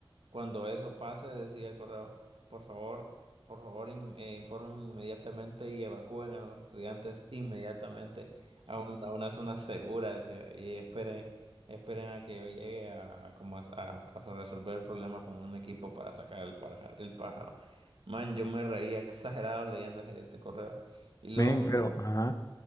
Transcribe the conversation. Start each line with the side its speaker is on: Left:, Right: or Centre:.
Right: Cuando eso pase, decía el correo, por favor, por favor, in- eh, informen inmediatamente y evacúen a los estudiantes inmediatamente a, un- a una zona segura, decía, y esperen, esperen a que yo llegue a, como a, a- pues, a resolver el problema con un equipo para sacar el pájaro, el pájaro. Man, yo me reía exagerado leyendo ese ese correo. Y luego
Left: Bien, pero, ajá,